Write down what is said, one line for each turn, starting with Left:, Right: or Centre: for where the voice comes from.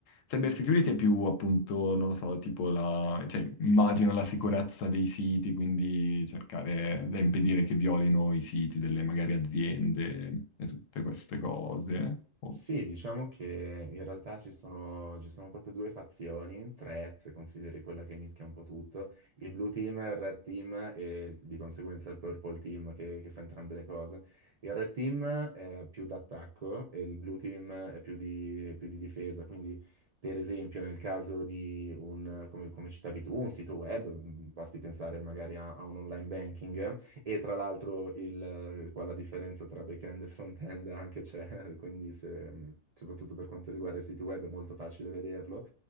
Left: cyber security è più appunto, non lo so, tipo la, cioè, immagino la sicurezza dei siti, quindi cercare da impedire che violino i siti delle magari aziende e tutte queste cose. O-
Right: Sì, diciamo che in realtà ci sono, ci sono proprio due fazioni, tre se consideri quella che mischia un po' tutto, il blue team, il red team e di conseguenza il purple team che, che fa entrambe le cose. Il red team è più d'attacco e il blue team è più di, più di difesa, quindi per esempio nel caso di un, come, come citavi tu, un sito web, basti pensare magari a, a un online banking. <laughs> E tra l'altro il- eh, qua la differenza tra back-end e front-end anche c'è, <laughs> quindi se- mm, soprattutto per quanto riguarda i siti web è molto facile vederlo.